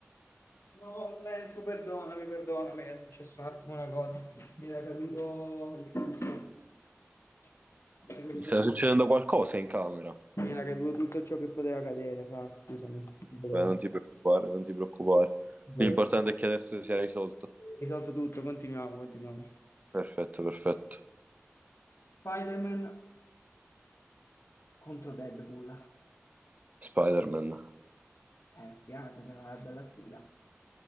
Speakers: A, on the left; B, on the right.
A: No, Lenzo, perdonami, perdonami, era successo un attimo una cosa. Mi era caduto il tutto. Mi era caduto
B: Sta succedendo qualcosa in camera.
A: mi era caduto tutto ciò che poteva cadere, fra, scusami, non volevo,
B: Beh, non ti preoccupare, non ti preoccupare.
A: non volevo.
B: L'importante è che adesso sia risolto.
A: Risolto tutto, continuiamo, continuiamo.
B: Perfetto, perfetto.
A: Spider-Man contro Deadpool.
B: Spider-Man.
A: Eh, spiace, però è una bella sfida.